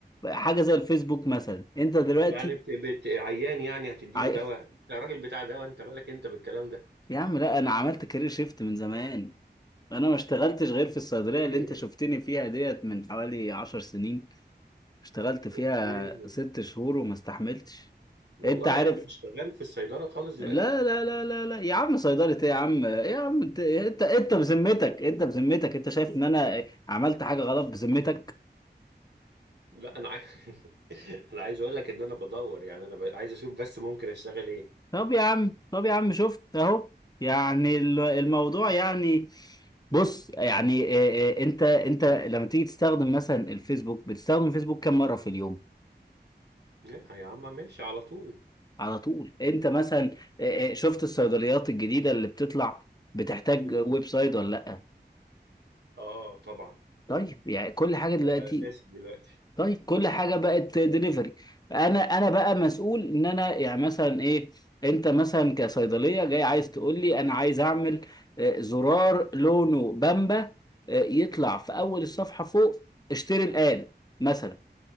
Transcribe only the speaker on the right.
يعني بت... بت... عيان يعني هتديله
دواء انت راجل بتاع دواء انت مالك انت بالكلام ده
ايه
اوكي
والله
يعني انت مش شغال في الصيدله خالص دلوقتي
لا انا عايز <laughs> انا عايز اقول لك ان انا بدور يعني انا ب... عايز اشوف بس ممكن اشتغل ايه
لا يا عم ماشي على طول
امم
اه طبعا
ده اساسي دلوقتي